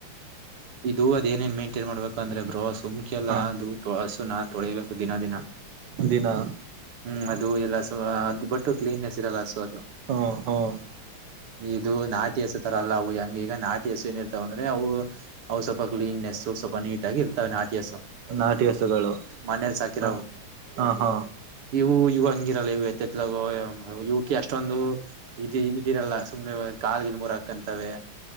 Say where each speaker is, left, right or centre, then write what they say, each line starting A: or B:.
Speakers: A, on the right (about 80°); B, on the right (about 60°).
A: ಇದು ಅದ ಏನೇನ್ ಮೈಂಟೈನ್ ಮಾಡ್ಬೇಕು ಅಂದ್ರೆ ಬ್ರೋುಸುಮ್ಕೆ ಅಲ್ಲ
B: ಹಾ
A: ಅದು ಹಸು ನ ತೊಳಿಬೇಕು ದಿನ ದಿನ.
B: ದಿನ
A: ಹ್ಮ್ ಅದು ಎಲ್ಲಾ ಸೊ ಅದು್ ಬಟ್ಟು ಕ್ಲೀನ್ಸ್ ಇರಲ್ಲ ಸೊ ಅ
B: ಹ್ಮ ಹ್ಮ್
A: ಇದು ನಾಟಿ ಹೆಸು ತರಲ್ಲ ಅವು ಹೆಂಗೀಗ ನಾಟಿ ಹೆಸು ಏನ ಇರ್ತಾವ ಅಂದ್ರೆ ಅವು ಔ ಸವಪ್ನ್ ನೆಸ್ಸ ಸಪ ನೀ ಗಿ ಇರ್ತಾವ ಆಟಿಯಾಸ
B: ನಾಟಿ ಹಸುಗಳು
A: ಮನೇೆಯಲ್ಲಿ ಸಾಕಿರ
B: ಹ ಹಾ ಹಾ
A: ಇವು ಇವ ಹಂಗಿರಲ್ಲ ಇತ್ತತ್ಲ ಇವಕ್ಕೆ ಎಷ್ಟೊಂದು ಇದ ಇದಿರಲ್ಲ ಸುಮ್ನೆ ಕಾಾಲಗಿನ ಮೂರ ಹಾಕಂತವೆ